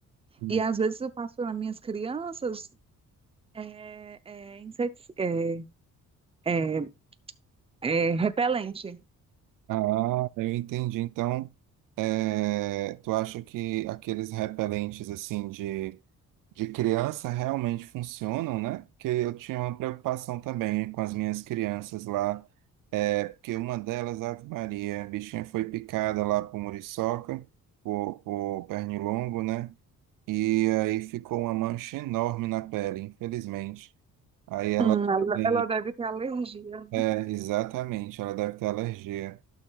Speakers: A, on the right (about 75°); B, on the right (about 15°).
A: uhum.
B: E às vezes eu passo para minhas crianças é, é, inseti- é, é, é, repelente.
A: Ah, eu entendi. Então, é, tu acha que aqueles repelentes assim de de criança realmente funcionam, né? Porque eu tinha uma preocupação também com as minhas crianças lá, é porque uma delas, Ave Maria, a bichinha foi picada lá por muriçoca, por, por pernilongo, né? E aí ficou uma mancha enorme na pele, infelizmente. Aí ela
B: Hum, ela,
A: tem,
B: ela deve ter alergia, né?
A: é, exatamente, ela deve ter alergia.